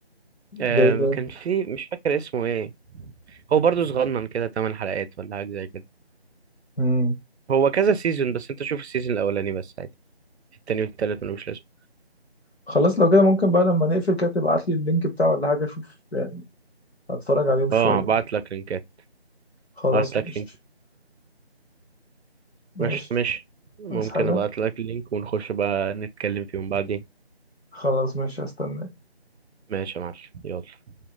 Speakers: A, on the right; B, on the left.
A: آه،
B: ده ايه ده
A: كان في مش فاكر اسمه ايه هو برضو صغنن كده 8 حلقات ولا حاجه زي كده
B: مم.
A: هو كذا سيزون بس انت شوف السيزون الاولاني بس عادي التاني والتالت ملوش لازمه
B: خلاص لو كده ممكن بقى لما نقفل كده تبعت لي اللينك بتاعه ولا حاجه اشوف يعني هتفرج عليهم شويه
A: اه بعت لك لينكات
B: خلاص
A: بعت لك
B: ماشي
A: لينك
B: ماشي
A: ماشي ماشي ممكن
B: عايز حاجه
A: ابعت لك لينك ونخش بقى نتكلم فيهم بعدين
B: خلاص ماشي هستناك
A: ماشي يا معلم يلا